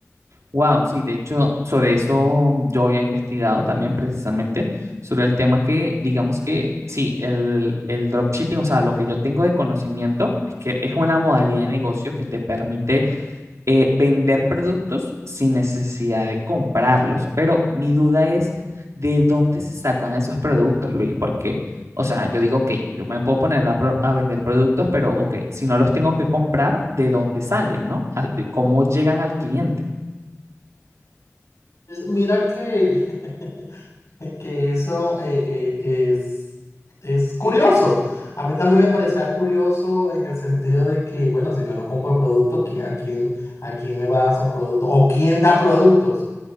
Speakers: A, on the right; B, on the left.
A: Wow, sí, de hecho, sobre eso yo había investigado también precisamente, sobre el tema que, digamos que, sí, el, el dropshipping, o sea, lo que yo tengo de conocimiento es que es una modalidad de negocio que te permite eh, vender productos sin necesidad de comprarlos, pero mi duda es de dónde se sacan esos productos, Luis, porque, o sea, yo digo, ok, yo me puedo poner a, pro- a vender productos, pero, ok, si no los tengo que comprar, ¿de dónde salen, no? ¿A- ¿Cómo llegan al cliente?
B: Pues mira que, <laughs> que eso eh, eh, es, es curioso. A mí también me parecía curioso en el sentido de que, bueno, si yo no compro productos, ¿qui- ¿a quién, a quién me va a dar esos productos? ¿O quién da productos?